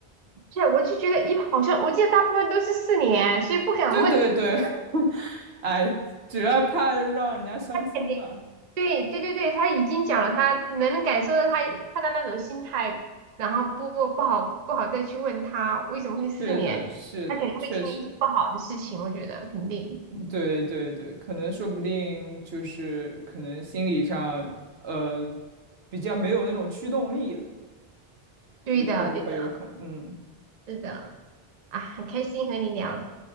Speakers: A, on the right; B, on the right.
A: <laughs> 是，我就觉得一好像我记得大部分都是四年，所以不敢问他。
B: 对对对，<laughs> 哎，主要怕让人家伤心嘛。
A: 肯定对对对对，他已经讲了他，能感受到他他的那种心态，然后不不不好不好再去问他为什么会四年，
B: 是的，是的，
A: 他肯定会经历一些不好的事情，
B: 确实，
A: 我觉得肯定
B: 嗯对对对，可能说不定就是可能心理上呃比较没有那种驱动力了，
A: 对的对的
B: 也会不会有可能？嗯，
A: 是的啊，很开心和你聊